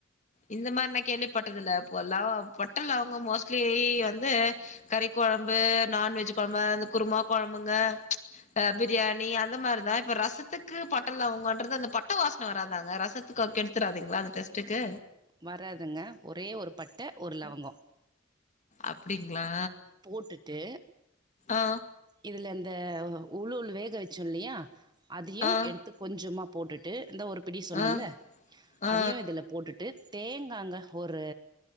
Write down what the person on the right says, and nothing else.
வராதுங்க ஒரே ஒரு பட்ட ஒரு லவங்கொ
போட்டுட்டு
இதுல அந்த உளுவுள் வேக வெச்சொ இல்லையா அதையு
எடுத் து கொஞ்சமா போட்டுட்டு இந்த ஒரு பிடி சொன்னேல
அதையு இதுல போட்டுட்டு தேங்காங்க ஒரு